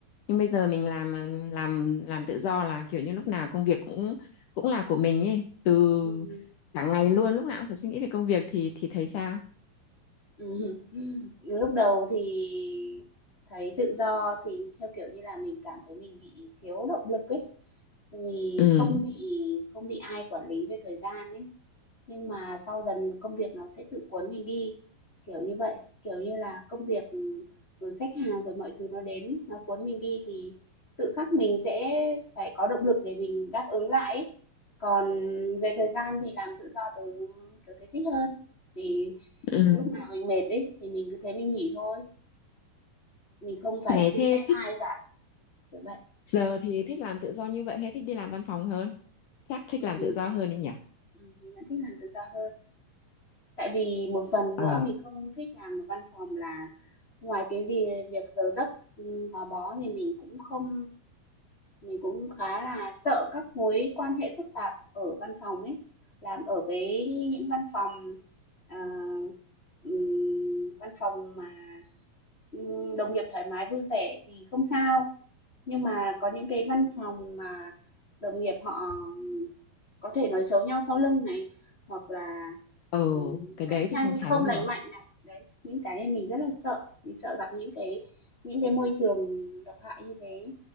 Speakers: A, on the left; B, on the left.
A: Nhưng bây giờ mình làm làm làm tự do là kiểu như lúc nào công việc cũng cũng là của mình ấy, từ
B: Ừm,
A: cả ngày luôn, lúc nào cũng phải suy nghĩ về công việc thì thì thấy sao?
B: ừm, ừm. Lúc đầu thì thấy tự do thì, theo kiểu như là, mình cảm thấy mình bị thiếu động lực ấy, vì
A: ừ
B: không bị không bị ai quản lý về thời gian ấy. Nhưng mà sau dần công việc nó sẽ tự cuốn mình đi, kiểu như vậy. Kiểu như là công việc, ừ, rồi khách hàng, rồi mọi thứ nó đến, nó cuốn mình đi thì tự khắc mình sẽ phải có động lực để mình đáp ứng lại ấy. Còn về thời gian thì làm tự do tớ tớ thấy thích hơn. Thì
A: ừ
B: lúc nào mình mệt ấy thì mình cứ thế mình nghỉ thôi, mình không phải
A: ngày
B: xin
A: thế
B: phép
A: thích
B: ai cả, kiểu vậy.
A: giờ thì thích làm tự do như vậy hay thích đi làm văn phòng hơn chắc thích
B: Nên
A: làm
B: mình
A: tự do hơn đấy nhỉ
B: ừm, mình vẫn thích làm tự do hơn. Tại vì một phần
A: ờ
B: nữa mình không thích làm ở văn phòng là ngoài cái việc việc giờ giấc ừ, gò bó thì mình cũng không mình cũng khá là sợ các mối quan hệ phức tạp ở văn phòng ấy làm ở cái những văn phòng ờ, ừm, văn phòng mà ừm, đồng nghiệp thoải mái vui vẻ thì không sao nhưng mà có những cái văn phòng mà đồng nghiệp họ có thể nói xấu nhau sau lưng này, hoặc là,
A: ừ
B: ừm,
A: cái
B: cạnh
A: đấy
B: tranh
A: thì không tránh
B: không
A: được
B: lành mạnh này, đấy, những cái mình rất là sợ, mình sợ gặp những cái những cái môi trường độc hại như thế,